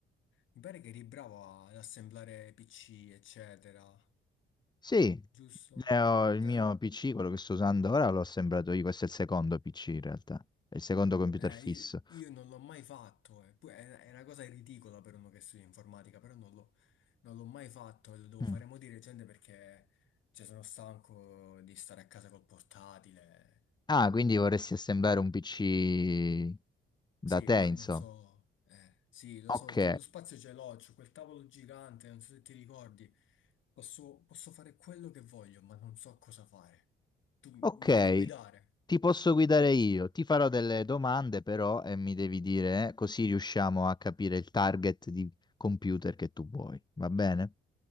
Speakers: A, on the left; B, on the left.
A: Mi pare che eri bravo ad assemblare PC, eccetera,
B: Sì,
A: giusto?
B: ne ho il
A: Te...
B: mio PC, quello che sto usando ora, l'ho assemblato io, questo è il secondo PC in realtà, è il secondo computer
A: Eh,
B: fisso.
A: io, io non l'ho mai fatto, eh. Poi è, è una cosa ridicola per uno che studia informatica, però non l'ho non l'ho mai fatto e lo devo
B: Mm.
A: fare mo' di recente perché cioè, sono stanco di stare a casa col portatile.
B: Ah, quindi vorresti assemblare un PC da
A: Sì,
B: te,
A: ma
B: insomma.
A: non so, eh, sì, lo
B: Ok,
A: so, lo spazio ce l'ho, c'ho quel tavolo gigante, non so se ti ricordi, posso, posso fare quello che voglio, ma non so cosa fare. Tu
B: ok,
A: mi devi guidare?
B: ti posso guidare io, ti farò delle domande però e mi devi dire, eh, così riusciamo a capire il target di computer che tu vuoi, va bene?